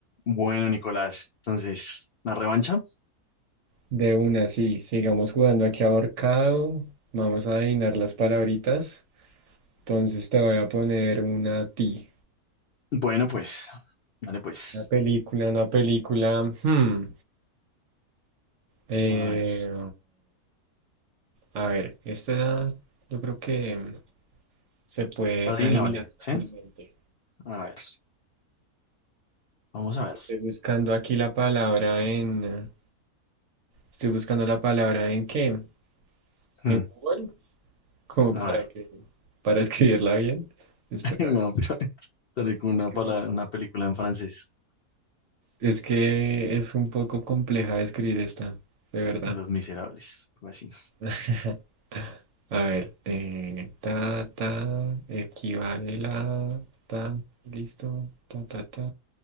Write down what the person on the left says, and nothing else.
Bueno, Nicolás, entonces, ¿la revancha?
Bueno, pues, dale pues.
A ver,
está adivinable,
¿sí? A ver, vamos a ver.
Hmm,
a
ver,
<laughs> no, pero sale con una,
pala-
una película en francés,
Los Miserables, algo así.